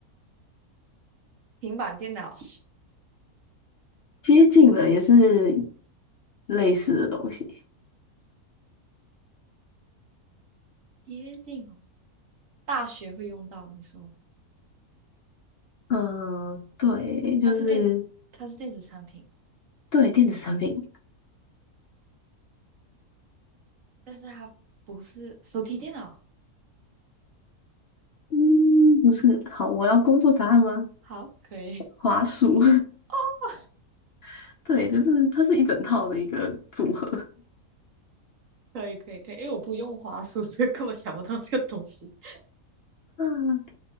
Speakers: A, on the right; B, on the left.
A: 平板电脑，
B: 接近了，也是类似的东西。
A: 接近哦。大学会用到，你说
B: 嗯、对，
A: 它是电，
B: 就是
A: 它是电子产品，
B: 对电子产品，
A: 但是它不是手提电脑。
B: 嗯，不是，好，我要公布答案吗？
A: 好，可以。
B: 华数，
A: <laughs> 哦，
B: <laughs> 对，就是它是一整套的一个组合。
A: 可以可以可以，因为我不用滑鼠，所以根本想不到这个东西。<laughs>
B: 啊，